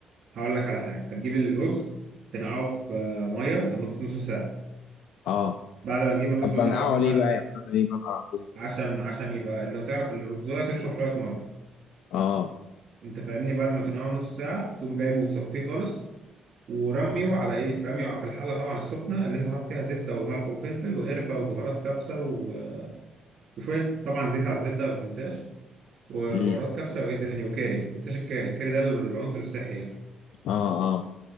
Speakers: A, on the right; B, on the left.
A: هقول لك على حاجة هتجيب الرز تنقعه في آه، مية لمدة نص ساعة
B: اه
A: بعد ما تجيب الرز
B: طب
A: وتنقعه
B: بنقعه
A: في المية
B: ليه بقى يعني انا ليه بنقع رز
A: عشان عشان يبقى اللي هتعرف ان الرزاية تشرب شوية مية
B: اه
A: انت فاهمني بعد ما تنقعه نص ساعة تقوم جايبه وصفيه خالص ورميه على ايه رميه على- في الحلة طبعا السخنة اللي انت حاطط فيها زبدة وملح وفلفل وقرفة وبهارات كبسة و... وشوية طبعا زيت على الزبدة ما تنساش وبهارات
B: امم
A: كبسة وايه تاني وكاري ما تنساش الكاري الكاري ده العنصر السحري يعني
B: اه اه